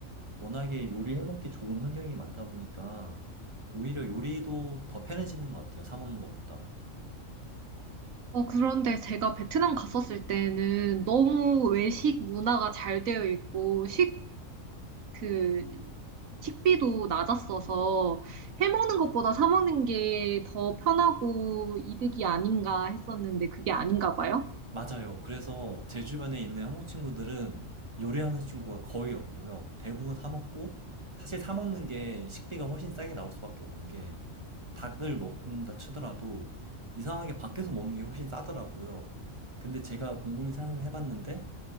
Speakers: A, on the right; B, on the right.
A: 워낙에 요리해 먹기 좋은 환경이 많다 보니까 오히려 요리도 더 편해지는 것 같아요. 사 먹는 것보다.
B: 어, 그런데 제가 베트남 갔었을 때는 너무 외식 문화가 잘 되어 있고, 식 그 식비도 낮았어서 해먹는 것보다 사 먹는 게 더 편하고 이득이 아닌가 했었는데 그게 아닌가 봐요.
A: 맞아요. 그래서 제 주변에 있는 한국 친구들은 요리하는 친구가 거의 없고요. 대부분 사 먹고 사실 사 먹는 게 식비가 훨씬 싸게 나올 수밖에 없는 게 닭을 먹는다 치더라도 이상하게 밖에서 먹는 게 훨씬 싸더라고요. 근데 제가 곰곰이 생각을 해봤는데